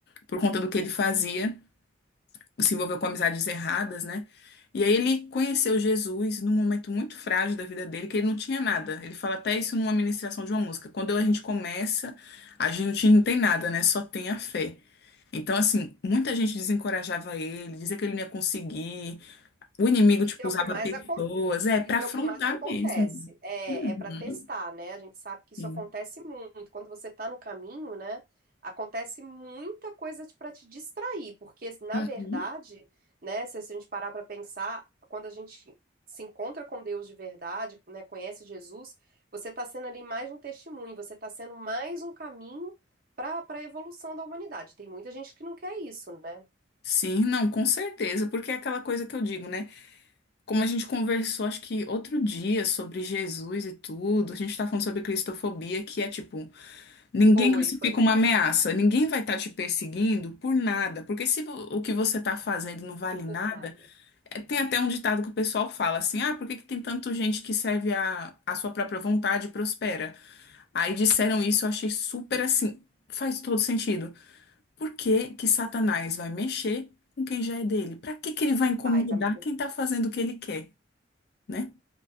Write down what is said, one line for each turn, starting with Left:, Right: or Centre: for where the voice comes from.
Left: por conta do que ele fazia, se envolveu com amizades erradas, né? E aí ele conheceu Jesus num momento muito frágil da vida dele, que ele não tinha nada. Ele fala até isso numa ministração de uma música. Quando a gente começa, a gente não tem nada, né? Só tem a fé. Então, assim, muita gente desencorajava ele, dizia que ele não ia conseguir. O inimigo,
Right: Isso
Left: tipo,
Right: é
Left: usava
Right: o que mais
Left: pessoas, é, pra
Right: Isso
Left: afrontar
Right: é é o que mais acontece.
Left: mesmo.
Right: É,
Left: Uhum,
Right: é para testar, né? A gente sabe que isso
Left: sim.
Right: acontece muito. Quando você tá no caminho, né? Acontece muita coisa para te distrair, porque na
Left: Uhum.
Right: verdade, né? Se a gente parar para pensar, quando a gente se encontra com Deus de verdade, né? Conhece Jesus, você tá sendo ali mais um testemunho, você tá sendo mais um caminho para para a evolução da humanidade. Tem muita gente que não quer isso, né?
Left: Sim, não, com certeza, porque é aquela coisa que eu digo, né? Como a gente conversou, acho que outro dia, sobre Jesus e tudo, a gente tá falando sobre cristofobia, que é tipo, ninguém
Right: Foi,
Left: crucifica
Right: foi mesmo.
Left: uma ameaça, ninguém vai estar te perseguindo por nada, porque se vo- o que você tá fazendo não vale nada,
Right: Por nada.
Left: é, tem até um ditado que o pessoal fala assim, ah, por que que tem tanta gente que serve a, a sua própria vontade e prospera? Aí disseram isso, eu achei super assim, faz todo sentido. Por que que Satanás vai mexer com quem já é dele? Pra que que ele vai incomodar
Right: Faz, amiga.
Left: quem tá fazendo o que ele quer? né?